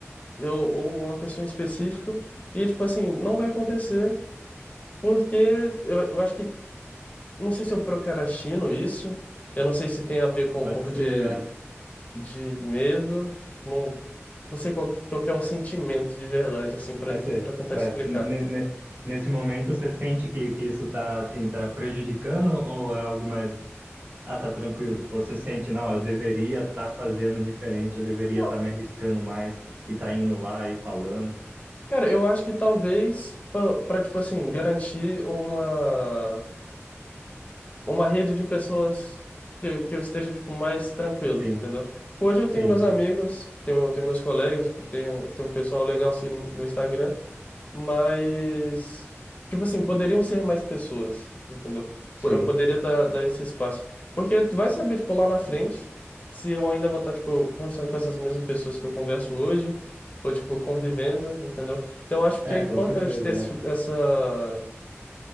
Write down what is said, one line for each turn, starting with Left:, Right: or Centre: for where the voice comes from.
Left: eu, ou uma pessoa em específico, e, tipo, assim, não vai acontecer, porque eu, eu acho que, não sei se eu procrastino isso, eu não sei se tem a ver com
Right: pode
Left: um pouco
Right: ser.
Left: de, de medo, não, não sei qual, qual que é o sentimento de verdade, assim, para
Right: É, É, você-
Left: tentar
Right: mas
Left: te explicar.
Right: ne- ne- nesse momento, você sente que, que isso tá, assim, tá prejudicando ou é algo mais. Ah, tá tranquilo. Ou você sente, não, eu deveria estar fazendo diferente, eu deveria
Left: Não,
Right: estar me arriscando mais e tá indo lá e falando.
Left: Cara, eu acho que talvez para tipo assim, garantir uma uma rede de pessoas que, eu- que eu esteja tipo mais tranquilo,
Right: Sim,
Left: entendeu? Tipo, Hoje eu tenho
Right: sim,
Left: meus
Right: sim,
Left: amigos, tenho, tenho meus colegas, tipo, tenho, tenho um pessoal legal assim no no Instagram mas tipo assim, poderiam ser mais pessoas, entendeu?
Right: sim.
Left: Po- Eu poderia dar, dar esse espaço. Porque tu vai saber, tipo, lá na frente, se eu ainda vou estar, tipo, conversando com essas mesmas pessoas que eu converso hoje, ou, tipo, convivendo, entendeu? Então, acho
Right: É,
Left: que é importante
Right: com certeza.
Left: ter
Right: é.
Left: esse- essa,